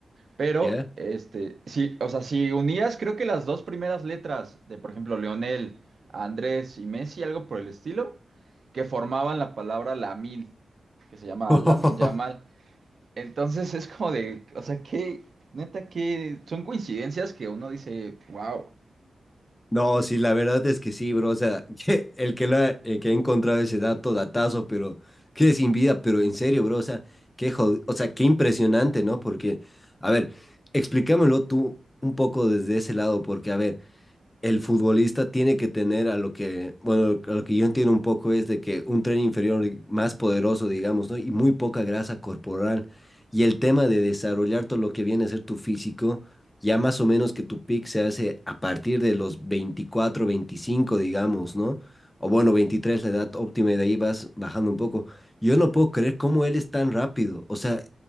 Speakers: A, on the right; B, on the left.
A: Pero,
B: ¿Ya?
A: este, sí, o sea, si unías, creo que las dos primeras letras de, por ejemplo, Leonel, Andrés y Messi, algo por el estilo, que formaban la palabra Lamin, que se llama
B: <laughs>
A: Lamin Yamal. Entonces es como de, o sea, que, neta, que son coincidencias que uno dice, wow.
B: No, sí, la verdad es que sí, bro. O sea, <laughs> que el que, lo ha, el que ha encontrado ese dato, datazo, pero que sin vida, pero en serio, bro. O sea, qué jod- o sea, qué impresionante, ¿no? Porque, a ver, explícamelo tú un poco desde ese lado, porque, a ver, el futbolista tiene que tener a lo que, bueno, a lo que yo entiendo un poco es de que un tren inferior más poderoso, digamos, ¿no? Y muy poca grasa corporal. Y el tema de desarrollar todo lo que viene a ser tu físico, ya más o menos que tu pick se hace a partir de los veinticuatro veinticinco digamos, ¿no? O bueno, 23 la edad óptima, y de ahí vas bajando un poco. Yo no puedo creer cómo él es tan rápido. O sea,